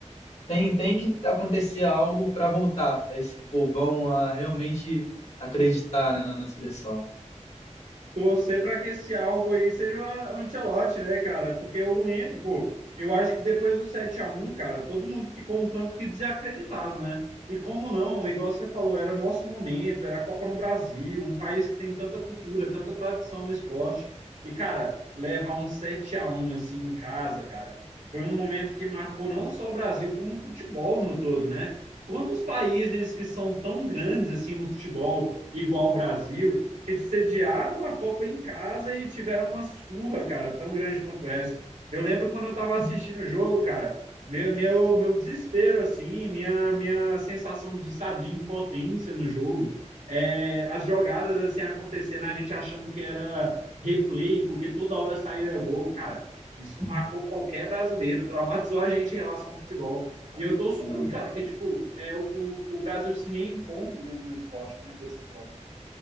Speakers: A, on the left (about 60°); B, on the right (about 85°).
A: tem, tem que acontecer algo para voltar esse povão a realmente acreditar, né, na, na seleção.
B: Torcer para que esse algo aí seja o Ancelotti, né, cara? Porque eu lembro, pô, eu acho que depois do sete a um cara, todo mundo ficou um tanto que desacreditado, né? E como não, igual você falou, era o nosso momento, era a Copa no Brasil, um país que tem tanta cultura, tanta tradição no esporte. E, cara, levar um sete a um assim em casa, cara, foi um momento que marcou não só o Brasil, como o futebol no todo, né? Quantos países que são tão grandes assim no futebol, igual o Brasil? que eles sediaram a Copa em casa e tiveram uma surra, cara, tão grande quanto essa. Eu lembro quando eu estava assistindo o jogo, cara, meu, meu, meu desespero, assim, minha, minha sensação de, sabe, de impotência no jogo, é, as jogadas, assim, acontecendo, a gente achando que era replay, porque toda hora saía gol, cara, isso marcou qualquer brasileiro, traumatizou a gente em relação ao futebol. E eu torço
A: Não,
B: muito, cara, que, tipo, é, o, o Brasil se reencontre dentro do esporte, né, desse esporte.